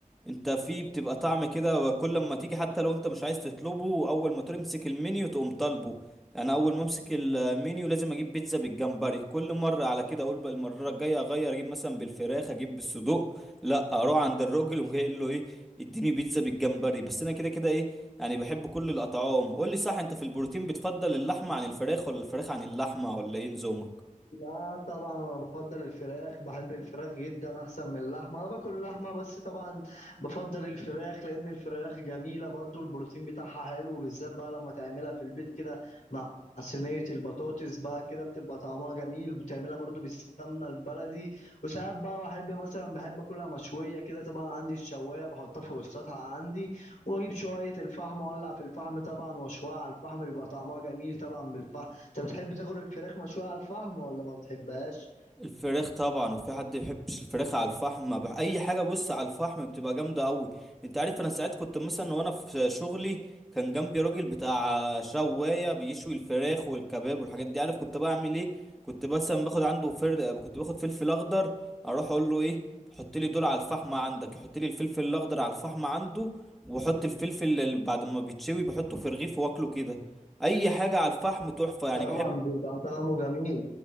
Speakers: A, in the centre; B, on the left.
A: انت في بتبقى طعم كده وكل ما تيجي حتى لو انت مش عايز تطلبه اول ما تمسك المنيو تقوم طالبه يعني اول ما امسك المنيو لازم اجيب بيتزا بالجمبري كل مره على كده اقول بقى المره الجايه اغير اجيب مثلا بالفراخ اجيب بالصدوق لا اروح عند الراجل وجاي له ايه اديني بيتزا بالجمبري بس انا كده كده ايه يعني بحب كل الأطعام قول لي صح أنت في البروتين بتفضل اللحمة عن الفراخ ولا الفراخ عن اللحمة ولا إيه نظامك
B: لا طبعا انا بفضل الفراخ بحب الفراخ جدا احسن من اللحمه انا باكل لحمه بس طبعا بفضل الفراخ لان الفراخ جميله برضو البروتين بتاعها حلو بالذات بقى لما تعملها في البيت كده مع صينيه البطاطس بقى كده بتبقى طعمها جميل بتعملها برضو بالسمنه البلدي وساعات بقى بحب مثلا بحب اكلها مشويه كده طبعا عندي الشوايه بحطها فوق السطح عندي واجيب شويه الفحم واولع في الفحم طبعا واشويها على الفحم بيبقى طعمها جميل طبعا بالفحم انت بتحب تاكل الفراخ مشوية على الفحم ولا ما بتحبهاش
A: الفراخ طبعا وفي حد ما بيحبش الفراخ على الفحم بح... اي حاجه بص على الفحم بتبقى جامده قوي انت عارف انا ساعات كنت مثلا وانا في شغلي كان جنبي راجل بتاع شوايه بيشوي الفراخ والكباب والحاجات دي عارف كنت بعمل ايه كنت مثلا باخد عنده فر... كنت باخد فلفل اخضر اروح اقول له ايه حط لي دول على الفحم عندك حط لي الفلفل الاخضر على الفحم عنده وحط الفلفل اللي بعد ما بيتشوي بحطه في رغيف واكله كده اي حاجه على الفحم تحفه يعني
B: طبعا
A: بحب
B: بيبقى طعمه جميل